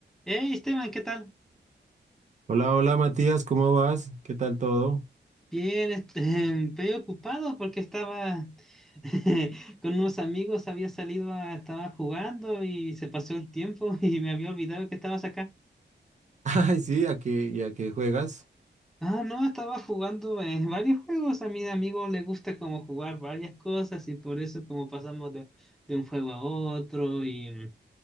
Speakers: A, in the centre; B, on the right (about 40°).
A: Hey Esteban, ¿qué tal?
B: Hola, hola Matías, ¿cómo vas? ¿Qué tal todo?
A: Bien, este, <laughs> estoy ocupado porque estaba <laughs> con unos amigos, había salido a, estaba jugando y se pasó el tiempo <laughs> y me había olvidado que estabas acá.
B: <laughs> Ay, sí, ¿a qué, y a qué juegas?
A: Ah, no, estaba jugando en varios juegos. A mis amigos les gusta como jugar varias cosas y por eso como pasamos de, de un juego a otro y mm,